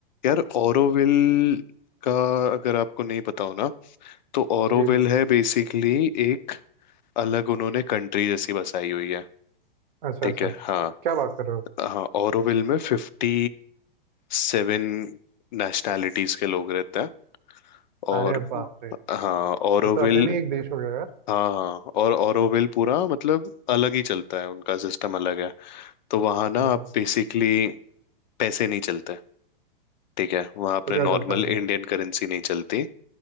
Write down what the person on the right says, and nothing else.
जी जी
अच्छा
अच्छा
अच्छा।
क्या बात कर रहे हो
अरे बाप रे ये
तो अपने में ही एक देश हो गया यार
वाह
तो
क्या
चलता है उधर